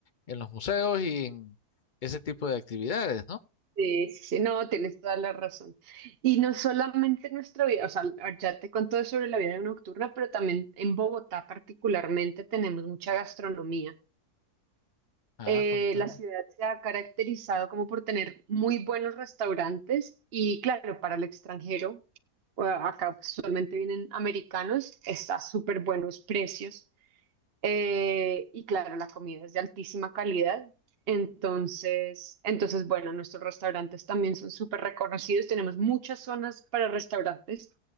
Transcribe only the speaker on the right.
Sí, sí, sí, no, tienes toda la razón. Y no solamente en nuestra vida, o sea, ya te conté sobre la vida nocturna, pero también en Bogotá particularmente tenemos mucha gastronomía.
eh,
la ciudad se ha caracterizado como por tener muy buenos restaurantes y claro, para el extranjero, eh, acá usualmente vienen americanos, está a súper buenos precios eh, y claro, la comida es de altísima calidad. Entonces, entonces, bueno, nuestros restaurantes también son súper reconocidos. Tenemos muchas zonas para restaurantes